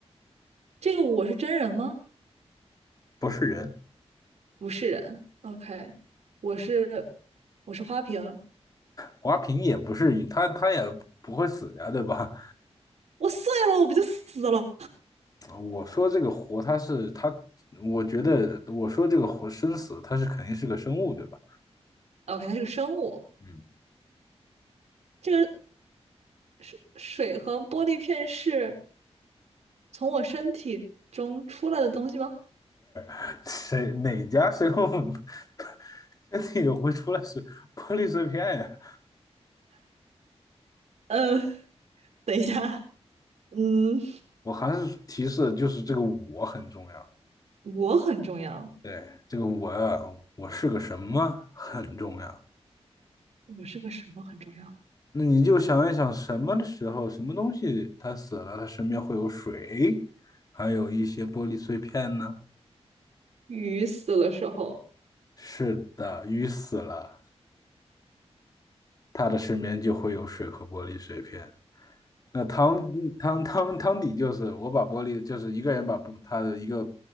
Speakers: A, on the right; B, on the left.
A: 这个我是真人吗？
B: 不是人，
A: 不是人，OK，我是我是花瓶，
B: 华平也不是，他他也不会死呀，对吧？
A: 我碎了，我不就死了
B: <laughs> 我说这个活，他是他，我觉得我说这个活生死，他是肯定是个生物，对吧？
A: ？OK，它是个生物。
B: 嗯，
A: 这个水水和玻璃片是从我身体中出来的东西吗？
B: <laughs> 谁哪家生物 <laughs> 身体会出来是玻璃碎片呀？
A: 呃，等一下，嗯，
B: 我还是提示就是这个我很重要，
A: 我很重要，
B: 对，这个我呀，我是个什么很重要。
A: 我是个什么很重要？
B: 那你就想一想，什么的时候，什么东西它死了，它身边会有水，还有一些玻璃碎片呢？
A: 鱼死了时候，
B: 是的，鱼死了，它的身边就会有水和玻璃碎片。那汤汤汤汤底就是我把玻璃，就是一个人把不他的一个